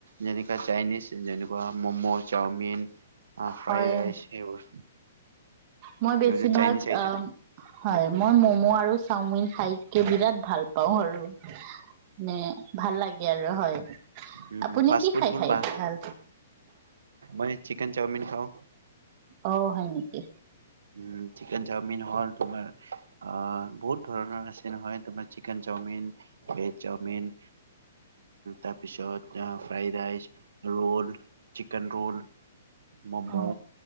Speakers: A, on the right; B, on the right.
A: যেনেকুৱা চাইনিজ যেনেকুৱা ম'ম' চাওমিন অ
B: হয়
A: ফ্ৰাইড ৰাইচ সেইবোৰ
B: মই বেছিভাগ
A: এইবোৰ চাইনিজ আইটেম
B: হয় মই মম' আৰু চাওমিন খাই বিৰাট ভাল পাওঁ আৰু মানে ভাল লাগে আৰু হয়
A: উ
B: আপুনি
A: ফাষ্ট
B: কি
A: ফুড
B: খাই
A: বোৰ
B: খাই
A: বা
B: ভাল
A: মই চিকেন চাওমিন খাওঁ
B: অঁ হয় নেকি?
A: উ চিকেন চাওমিন হল তোমাৰ আহ বহুত ধৰণৰ আচ হয় তোমাৰ চিকেন চাওমিন ভেজ চাওমিন তাৰপিছত fried rice roll chicken roll momo
B: অ